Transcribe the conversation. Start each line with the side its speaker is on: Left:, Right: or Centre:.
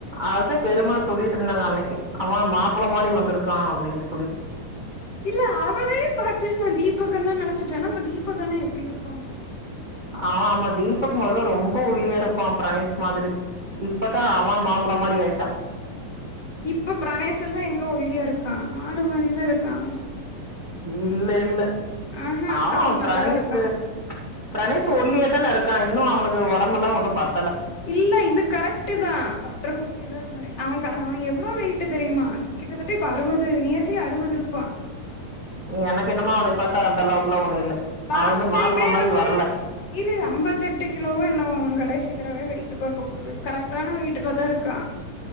Right: அததா பெரிமா சொல்லிட்டு இருந்தாங்க அன்னைக்கே அவ மாப்பிள்ள மாரி வந்திருக்கா அப்படின்னு
Left: இல்ல அவரே பாத்துட்டு நா தீபக் அண்ணா நன வச்சிட்னா அப்ப தீபக அக்கான எப்டி இருப்பாங்க
Right: ஆ ஆமா தீபக் முதல்ல ரொம்ப ஒல்லியா இருப்பா பிரணேஷ் மாதிரி இப்பதா அவ மாப்பிள்ள மாதிரி ஆயிட்டா
Left: இப்ப பிரணேஷ அண்ணா எங்க ஒல்லியா இருக்கா மாடு மாதிரிதா இருக்கா அவனு
Right: இல்ல இல்ல
Left: ஆஹா
Right: அவ
Left: அவன்
Right: பிரணேஷு
Left: நல்லாதா இருக்கா
Right: பிரனீஷ் ஒல்லியா தானே இருக்கா இன்னு அவனுக்கு உடம்பு எல்லா ஒண்ணு பத்
Left: இல்ல இது கரெக்ட் தா ஒற்ற குச்சிய எல்ல இல்ல அவ அவ எவ்வளோ வெயிட்டு தெரியுமா கிட்டத்தட்ட இப்ப அறுவது நியர்லி அறுவது இருபா
Right: எனக்கு என்னமோ அவன பார்த்தா அந்த அளவுக்கு எல்லா ஒண்ணு இல்ல
Left: லாஸ்டைமே
Right: அவ இன்னு மாப்பிள மாரி
Left: வந்து
Right: வரல
Left: இரு அம்பத்எட்டு கிலோவா என்னவோ அவ கடைசி திறவே வெயிட்டு பார்க்க போது கரெக்டான வெயிட்டுலதா இருக்கா